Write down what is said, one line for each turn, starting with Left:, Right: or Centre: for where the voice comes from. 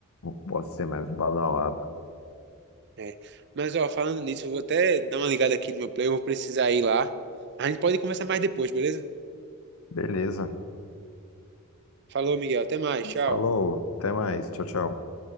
Left: posso ser mais badalado.
Right: É. Mas, ó, falando nisso, eu vou até dar uma ligada aqui no meu play, eu vou precisar ir lá. A gente pode conversar mais depois, beleza?
Left: Beleza.
Right: Falou, Miguel. Até mais. Tchau.
Left: Falou, até mais. Tchau, tchau.